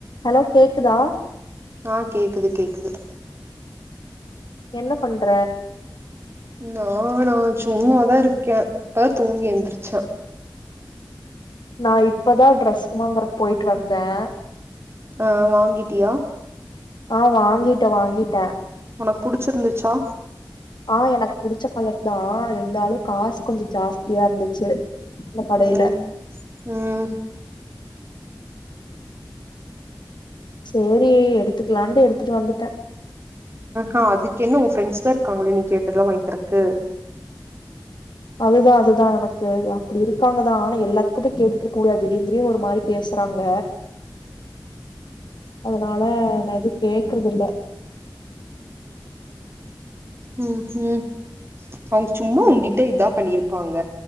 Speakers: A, on the left (about 75°); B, on the right (about 35°).
A: Hello கேக்குதா
B: ஆ கேக்குது கேக்குது
A: என்ன பண்ற
B: நானா சும்மாதான் இருக்கேன் இப்பதான் தூங்கி எந்திரச்சே
A: நான் இப்பதான் ட்ரெஸ் வாங்குறது போயிட்டு வந்தேன்
B: ஆ வாங்கிட்டியா
A: ஆ வாங்கிட்டேன் வாங்கிட்டேன்
B: உனக்கு புடிச்சிருந்துச்சா
A: ஆ எனக்கு புடிச்ச கலர் தான் இருந்தாலும் காசு கொஞ்சம் ஜாஸ்தியா இருந்துச்சு அந்த கடையில
B: ம் ம்
A: சேரி எடுத்துக்லான்ட்டு எடுத்துட்டு வந்துட்ட
B: ஆ அதுக்கென்ன உ ஃப்ரெண்ட்ஸ்தா இருக்காங்ளே நீ கேட்டதலா வாங்கீ தருக்கு
A: அதுதா அதுதா எனக்கு அப்டி இருக்காங்கதா ஆனா எல்லாத்துக்கு போய் கேட்டுட்ருக்க முடியாது திடீர் திடிர்னு ஒரு மாரி பேசறாங்க அதனால நா எது கேக்கறதுல்ல
B: ம் ம் அவங் சும்மா உங்கிட்ட இதா பண்ணிருப்பாங்க